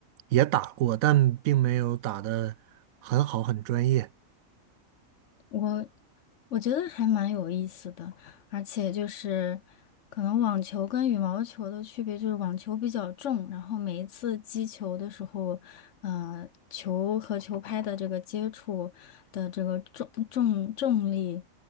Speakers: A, on the right; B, on the left.
A: 也打过，但并没有打的很好，很专业。
B: 我我觉得还蛮有意思的，而且就是可能网球跟羽毛球的区别就是网球比较重，然后每一次击球的时候，呃，球和球拍的这个接触的这个重重重力